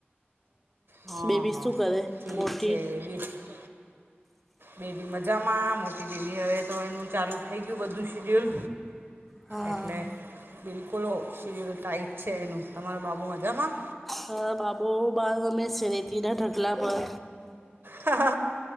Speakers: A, on the right; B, in the centre.
A: હા
B: બેબી
A: હા
B: શું કરે
A: ઠીક
B: મોટી?
A: <unintelligible> બેબી મજામાં મોટી બેબી હવે તો એનું ચાલુ થઈ ગયું બધું શેડ્યુલ.
B: હા
A: એટલે બિલકુલ સીરયલ ટાઈટ છે એનું. તમારો બાબુ મજામાં?
B: હા બાબુ બાર અમે સરેતી ના ઢગલા પર.
A: હ